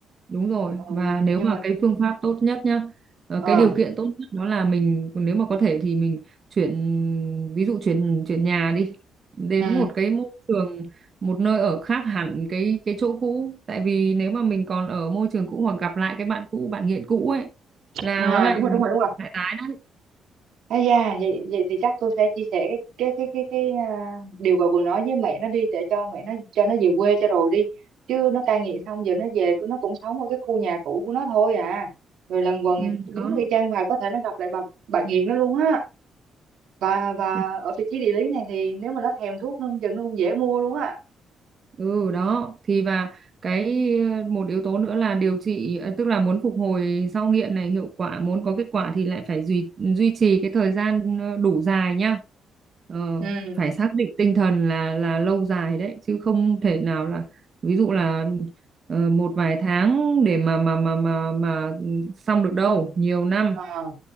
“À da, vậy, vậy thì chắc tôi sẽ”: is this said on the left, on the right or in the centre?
Right